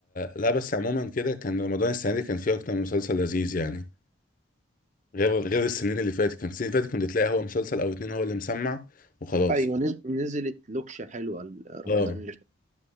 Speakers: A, on the left; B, on the right.
A: لا بس عموما كده كان رمضان السنه دي كان فيه اكتر من مسلسل لذيذ يعني غير غير السنين اللي فاتت كان السنين اللي فاتت كنت تلاقي هو مسلسل او اتنين هو اللي مسمع وخلاص
B: ايوه نز- نزلت لوكشه حلوه ال-
A: اه
B: رمضان اللي فات